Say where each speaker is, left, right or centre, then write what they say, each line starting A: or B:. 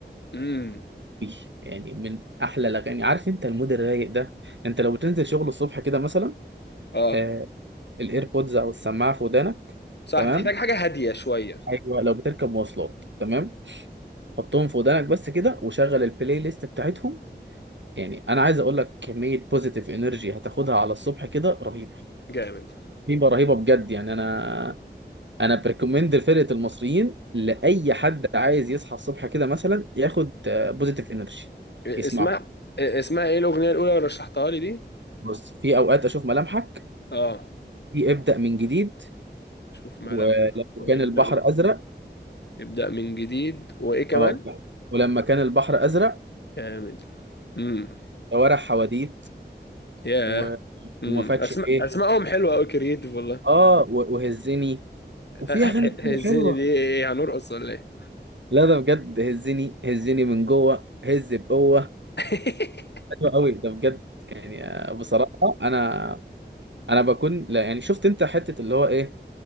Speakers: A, on the left; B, on the right.
A: امم
B: إيه، يعني من احلى الاغاني عارف انت المود الرايق ده انت لو بتنزل شغل الصبح كده مثلا
A: اه
B: آه الايربودز او السماعه في ودانك
A: صح
B: تمام
A: بتحتاج حاجة هادية شوية
B: ايوه لو بتركب مواصلات تمام حطهم في ودانك بس كده وشغل البلاي ليست بتاعتهم يعني انا عايز اقول لك كميه بوزيتيف انرجي هتاخدها على الصبح كده رهيبه
A: جامد
B: رهيبه رهيبه بجد يعني انا انا بريكومند لفرقه المصريين لاي حد عايز يصحى الصبح كده مثلا ياخد بوزيتيف انرجي
A: اسمها
B: يسمعه
A: اسمها ايه الأغنية الأولى اللي رشحتها لي دي؟
B: بص في اوقات اشوف ملامحك
A: اه
B: في ابدا من جديد
A: اشوف ملامح
B: ولما
A: وابدا
B: كان البحر
A: من
B: ازرق
A: ابدا من جديد وايه كمان
B: اه ولما كان البحر ازرق
A: كامل امم
B: شوارع حواديت
A: ياه
B: و...
A: امم
B: وما فاتش
A: اسماء
B: ايه
A: اسمائهم حلوه قوي كرييتيف والله
B: اه و- وهزني
A: <laughs>
B: وفي اغاني كتير
A: الزينه
B: حلوه
A: دي ايه هنرقص ولا ايه
B: لا ده بجد هزني هزني من جوه هز بقوه
A: <laughs>
B: حلو قوي ده بجد يعني آه، بصراحه انا انا بكون لا يعني شفت انت حته اللي هو ايه